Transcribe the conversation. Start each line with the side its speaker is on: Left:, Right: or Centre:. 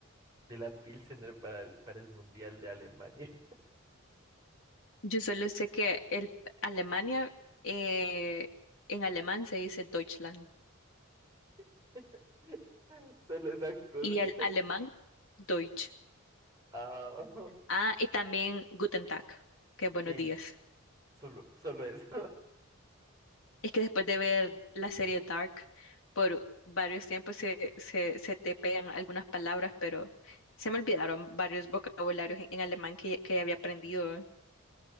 Right: de la Pilsener para el, para el Mundial de Alemania.
Left: Yo solo sé que el Alemania, eh, en alemán se dice Deutschland
Right: <laughs> Solo esas cosas.
Left: y el alemán Deutsch.
Right: Ah,
Left: Ah, y también Guten Tag,
Right: <laughs>
Left: que buenos
Right: que
Left: días.
Right: solo, solo eso.
Left: Es que después de ver la serie Dark por varios tiempos se, se, se te pegan algunas palabras, pero se me olvidaron varios vocabularios en, en alemán que, que había aprendido.